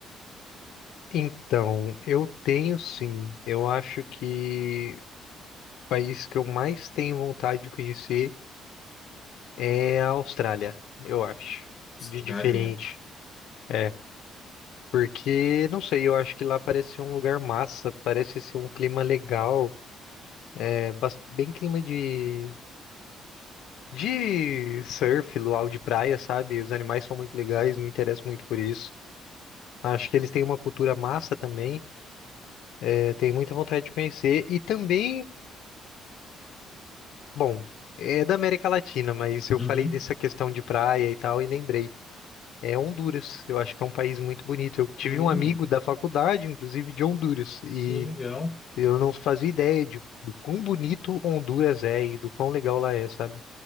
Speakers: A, on the left; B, on the left.
A: Então, eu tenho sim. Eu acho que o país que eu mais tenho vontade de conhecer é a Austrália, eu acho.
B: Austrália.
A: De diferente. É, Porque, não sei, eu acho que lá parece ser um lugar massa, parece ser um clima legal, é bas- bem clima de, de surf, luau de praia, sabe? Os animais são muito legais, me interesso muito por isso. Acho que eles têm uma cultura massa também, é, tenho muita vontade de conhecer. E também, bom, é da América Latina, mas eu
B: Uhum.
A: falei dessa questão de praia e tal e lembrei. É Honduras, eu acho que é um país muito bonito. Eu tive
B: Hum,
A: um amigo da faculdade, inclusive de Honduras, e
B: hum, legal.
A: Eu não fazia ideia de, do quão bonito Honduras é e do quão legal lá é, sabe?